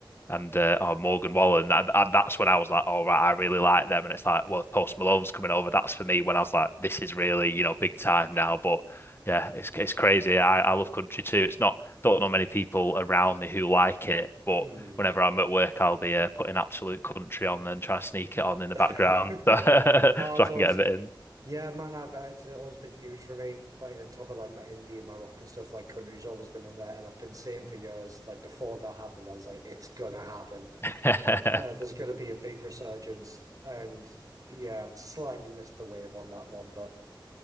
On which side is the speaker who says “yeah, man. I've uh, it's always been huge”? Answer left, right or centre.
Right